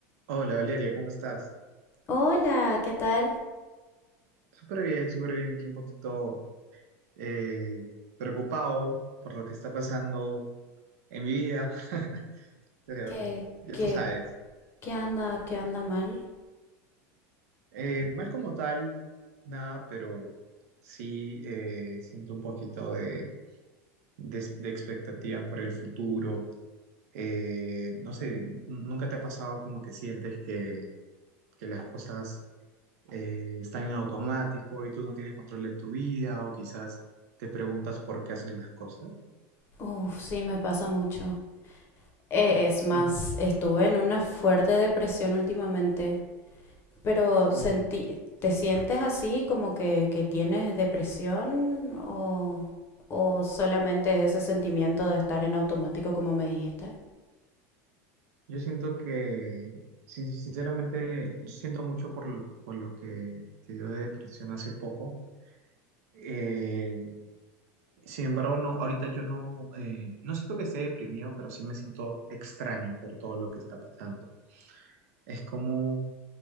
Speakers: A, on the right; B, on the left.
A: Hola Valeria, ¿cómo estás?
B: Hola, ¿qué tal?
A: Súper bien, súper bien. Aquí un poquito eh, preocupado por lo que está pasando en mi vida, <laughs> pero
B: ¿Qué,
A: ya
B: qué,
A: tú sabes.
B: qué anda, qué anda mal?
A: Eh, mal como tal, nada, pero sí eh, siento un poquito de, de- de expectativa por el futuro. Eh, no sé, n- ¿nunca te ha pasado como que sientes que, que las cosas eh, están en automático y tú no tienes control de tu vida o quizás te preguntas por qué haces las cosas.
B: Uf, sí, me pasa mucho. Eh, es más,
A: Mm,
B: estuve en una fuerte depresión últimamente, pero sentí,
A: uh,
B: ¿te sientes así como que, que tienes depresión o, o solamente es ese sentimiento de estar en automático como me dijiste?
A: yo siento que, sin- sinceramente, siento mucho por, l- por lo que te dio de depresión hace poco. Eh, sin embargo, no, ahorita yo no, eh, no siento que esté deprimido, pero sí me siento extraño por todo lo que está pasando. Es como